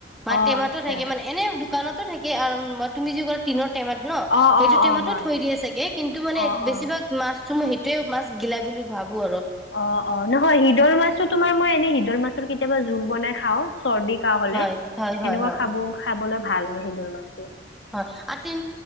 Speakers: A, in the centre; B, on the left.
A: বা
B: অ',
A: টেমাতো
B: আচ্ছা
A: থাকে মানে এনে - দোকানতো থাকে আৰু মই তুমি যি কোৱা টিনত - টেমাত ন
B: অ',
A: সেইটো
B: অ',
A: টেমাতো
B: অ', হয়
A: থৈ দিয়ে চাগে কিন্তু মানে
B: অ', অ'।
A: বেছিভাগ মাছটো মই হেক - তেঁও মাছ গিলাই বুলি ভাবো আৰ -
B: অ, অ নহয় শিদল মাছো তোমাৰ মই এনে শিদল মাছৰ কেতিয়াবা জোল বনাই খাও। চৰ্দি কাঁহ হলে
A: হয় হয়
B: হেনেকোৱা
A: হয় হয়
B: খাবও খাবলে ভাল হয় হিদল মাছ।
A: হয় আৰু